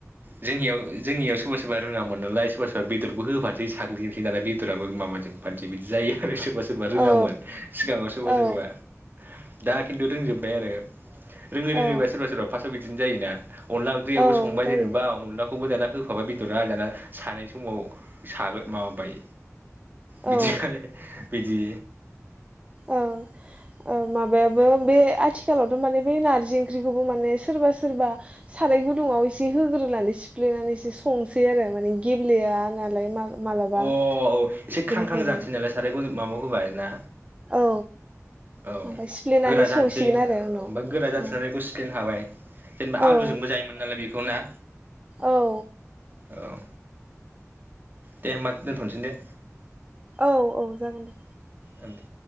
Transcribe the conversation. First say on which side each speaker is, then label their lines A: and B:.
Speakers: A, on the right; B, on the right.
A: जोंनियाव जोंनियाव सोरबा सोरबा रोङामोन नालाय सोरबा सोरबा बेदरबो होफानोसै साग्लिनोसै नालाय बेदराबो माबाजों माबाजुबफानोसै बिदि जायो आरो सोरबा सोरबा रोङामोन
B: औ
A: सिगाङाव सोरबा
B: औ
A: सोरबा। दा खिन्थु रोंजोब्बाय आरो। रोङै रोङैबा
B: औ
A: सोरबा सोरबा फार्स्टआव बिदि बिदिनो जायोना अनला ओंख्रियावबो
B: औ
A: संबाय
B: जायो
A: जेनेबा अनलाखौबो दाना होफाबाय बेदरा दाना सानाय समाव सागो माबाबाय बिदिबो
B: औ
A: बिदि
B: ओं ओं माबायाबो बे आथिखालावथ' माने बे नार्जि ओंख्रिखौबो माने सोरबा सोरबा साराइ गुदुङाव एसे होग्रोनानै सिफ्लेनानैसो संसै आरो माने गेब्लेया नालाय मा मालाबा
A: अ औ एसे ख्रां
B: बेनिखायनो
A: ख्रां जानोसै नालाय साराइ गुदुं माबाव होबा आरो ना?
B: औ
A: औ
B: ओमफ्राय सिफ्लेनानै
A: गोरा जानोसै
B: संसिगोन आरो उनाव
A: बा गोरा जानोसै
B: औ
A: नालाय बेखौ सिफ्लेनो हाबाय जेनेबा
B: औ
A: आलुजोंबो जायोमोन नालाय बेखौ। नंगौना?
B: औ
A: औ दे होमबा दोनथ'नोसै दे।
B: औ औ जागोन दे।
A: ओं दे।